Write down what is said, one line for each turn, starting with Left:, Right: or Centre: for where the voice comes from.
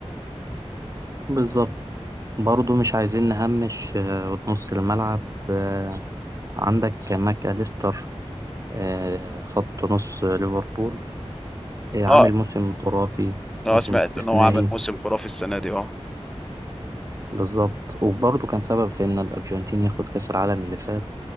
Right: بالظبط برضه مش عايزين نهمش آه، نص الملعب آه، عندك ماك أليستر آه، خط نص ليفربول آه، عامل
Centre: اه
Right: موسم خرافي
Centre: اه
Right: موسم
Centre: سمعت
Right: استثنائي
Centre: ان هو عمل موسم خرافي السنه دي اه
Right: بالظبط وبرضه كان سبب في إن الأرجنتين ياخد كأس العالم اللي فات